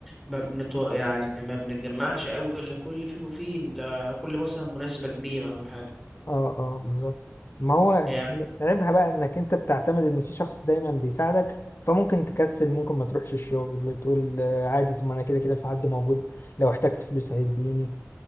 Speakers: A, in the centre; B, on the left.
A: ما بنت يعني ما بنتجمعش قوي الا كل فين وفين لا كل مثلا مناسبه كبيره او حاجه
B: اه اه بالظبط ما هو
A: يعني
B: عيبها بقى انك انت بتعتمد ان في شخص دايما بيساعدك فممكن تكسل ممكن ما تروحش الشغل تقول آه، عادي طب ما انا كده كده في حد موجود لو احتجت فلوس هيديني